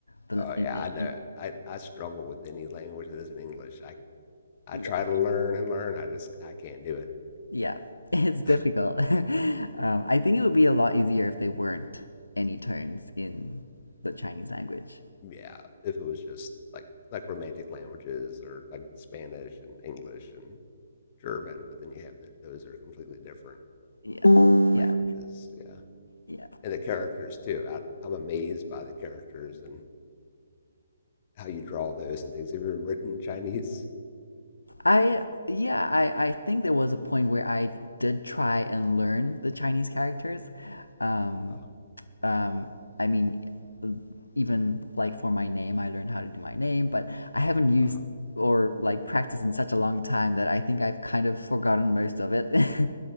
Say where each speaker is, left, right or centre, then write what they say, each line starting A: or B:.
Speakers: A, on the left; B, on the left.
A: the
B: Oh yeah,
A: in, in,
B: I know.
A: in
B: I, I struggle with any language that isn't English. I I
A: yeah
B: try to learn and learn. I just I can't do it.
A: yeah <laughs> it's difficult.
B: <laughs>
A: <laughs> um, I think it would be a lot easier if they weren't any tones in the Chinese language.
B: yeah, if it was just like like romantic languages or like Spanish and English and German, but then you have the, those are completely different
A: Yeah
B: languages.
A: yeah
B: Yeah.
A: yeah.
B: and the characters too. I, I'm amazed by the characters and how you draw those and things. Have you ever written Chinese?
A: I yeah I I think there was a point where I did try and learn the Chinese characters. Um,
B: Wow,
A: um, I mean, even like for my name, I learned how to do my name, but I haven't used
B: uh,
A: or like practiced in such a long time that I think I've kind of forgotten most of it. <laughs>